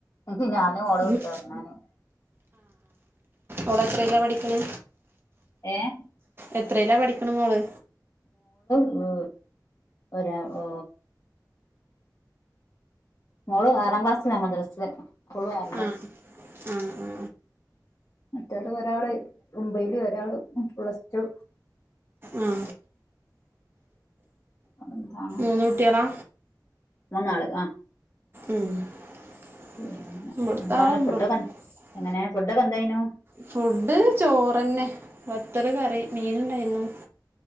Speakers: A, on the left; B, on the right.
A: ഇഞി ഞാനും ഓളും
B: ഉം.
A: ഇണ്ട് ഒർങ്ങാന്
B: ഓളെത്രീലാ പഠിക്ക്ണെ?
A: ഏഹ്
B: എത്രെലാ പഠിക്ക്ണ് മോള്?
A: ഓ ഒരാ ഓ മോള് ആറാം ക്ലാസിലാ മദ്രസ്ൽ സ്ക്കൂള്ളും ആറ്ൽ
B: ആ ആ ആ
A: മറ്റോല് ഒരാള് ഒമ്പെയ്ൽ ഒരാൾ പ്ലസ് ടു
B: ആ
A: അതെന്താണ്
B: മൂന്നുട്ട്യാളാ?
A: മൂന്നാൾ ആ
B: ഉം <unintelligible>
A: പിന്നെ എന്താണ് ഫുഡൊക്കെ എങ്ങനെ ഫുഡൊക്കെ എന്തെയ്നു?
B: ഫുഡ് ചോറെന്നെ വത്തല് കറി മീന്ണ്ടായിന്നു